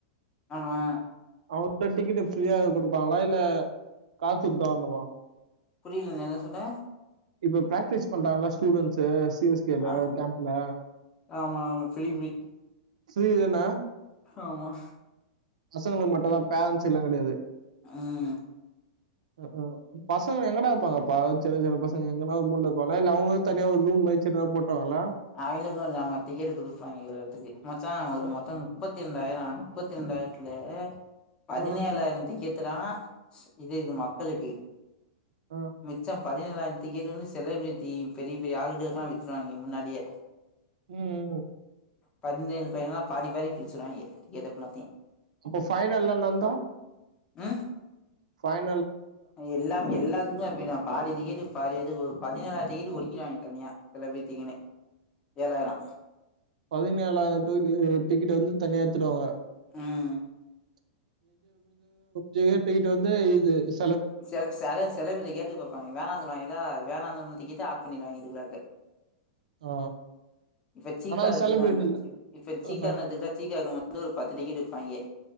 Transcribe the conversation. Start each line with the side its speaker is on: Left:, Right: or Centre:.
Left: ஆமா
Right: அவங்க டிக்கெட்டு் ஃப்ரீயா கொடுப்பாங்களா இல்ல காசு இருந்தாலமா
Left: புரியல நீ என்ன சொன்ன
Right: இப்ப பிராக்டிஸ் பண்றாங்கள ஸ்டூடண்ட்ஸ் இது சி எஸ் கே ல
Left: ஆ
Right: கேம்ப்ல
Left: ஆமா ஆமா ஃப்ரீ ஃப்ரீ
Right: சி இதுன்னா
Left: ஆமா
Right: பசங்களுக்கு மட்டும் தான் பேரன்ஸ் எல்லா கிடையாது
Left: ம்
Right: க்கு கு ப சோ எங்கடா இருப்பாங்கா பாத் சின்ன சின்ன பசங்க எங்கனா உண்டுல வைபங்களா இல்ல அவங்களே தனியா ஒரு ரூம்ல வச்சு ஏதாவது போட்டாங்களா
Left: அவளுக்கும் ந மத்தி டிக்கெட்டு கொடுப்பாங்க இருக்குறதுக்கு மச்சா அவரு
Right: அஹ்
Left: மொத்தம் முப்பத் முப்பத்தி ரெண்டாயிரம் முப்பத்தி ரெண்டாயிரத்துல பதினேழாயிரத்தி
Right: அஹ்
Left: கேக்குதா இது என் மக்களுக்கு
Right: அஹ்
Left: மச்சா பதினேழாயிரம் டிக்கெட்டுன்னு செலபிரிட்டி பெரிய பெரிய ஆளுங்களுக்கெல்லாம் வித்துருவாங்க முன்னாடியே
Right: ம்
Left: பதினேழு பதனேழாய் பாதி பாதி பிரிச்சுருவாங்க எதப்பத்தி
Right: அப்ப ஃபைனல்லலெல்லாம்
Left: ஆ
Right: ஃபைன்
Left: அது எல்லாம் எல்லா இதுக்கெல்லா அப்பிடிதா பாதி டிக்கெட்டு பாதிபேத்துக்கு ஒரு பதினேழாயிரம் டிக்கெட்டு ஒடிக்கிருவாங்க தனியா செலபிரித்திகளே ஏழாயிரம்
Right: பதினேழாயிரத்துக்கு டிக்கெட் வந்து தனியா எடுத்துருவாங்க.
Left: ம்
Right: <unintelligible> கேட்டுகிட்ட வந்து இதெஸ்
Left: செ செல செலபலகேட்டு பாப்பாங்க வேணாந்துருவாங்களா வேணாந் நம்ள்ட்ட கேட்டு ஆப் பண்ணிருவாய்ங்க திருழாக்கு
Right: ஆ
Left: இப்ப சீக்காவ
Right: ஆனா
Left: எத்துட்டுவன்ட்டு
Right: செலிபிரிட்டி
Left: இப்ப சீக்கானு
Right: அ
Left: எட்த்துகிட்டா சீக்காக்கு வந்து ஒரு பத்து டிக்கெட்டு் விப்பாய்ங்க